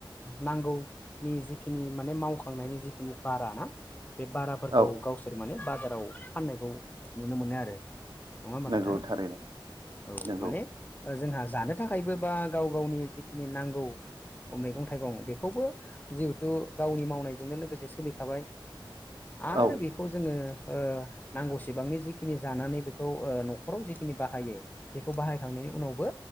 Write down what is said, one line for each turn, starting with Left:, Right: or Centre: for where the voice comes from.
Left: नांगौनि जिखिनि माने मावखांनायनि जिखिनि बारा ना बे बाराफोरखौ
Right: औ
Left: गावसोर माने बाजाराव फाननायखौ नुनो मोनो आरो नङा होमबा
Right: नंगौ
Left: नोंथां
Right: थारैनो
Left: औ
Right: नंगौ
Left: माने जोंहा जानो थाखायबो बा गाव गावनि जिखिनि नांगौ मैगं-थाइगं बेखौबो जिहेथु गावनि मावनायजोंनो लोगोसे सोलिखाबाय आरो
Right: औ
Left: बेखौ जोङो ओ नांगौसेबांनि जिखिनि जानानै बेखौ ओ न'खराव जिखिनि बाहायो बेखौ बाहायखांनायनि उनावबो